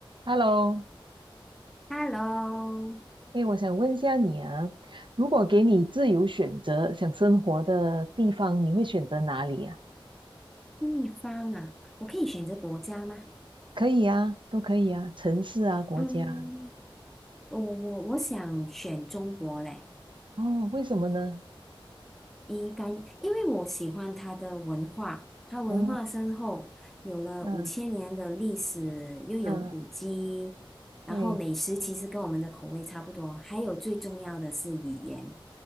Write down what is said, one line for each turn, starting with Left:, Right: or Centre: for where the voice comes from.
Right: Hello，
Centre: Hello，
Right: 哎，我想问一下你啊，如果给你自由选择想生活的地方，你会选择哪里啊？
Centre: 地方啊，我可以选择国家吗？
Right: 可以啊，都可以啊，城市啊，国家啊
Centre: 嗯，我我我想选中国嘞，
Right: 哦，为什么呢？
Centre: 一干，因为我喜欢它的文化，它文化深厚，
Right: 哦，
Centre: 有了五千年的历史，
Right: 嗯
Centre: 又有古迹，
Right: 嗯，
Centre: 然后美食其实跟我们的口味差不多，
Right: 对，
Centre: 还有最重要的是语言，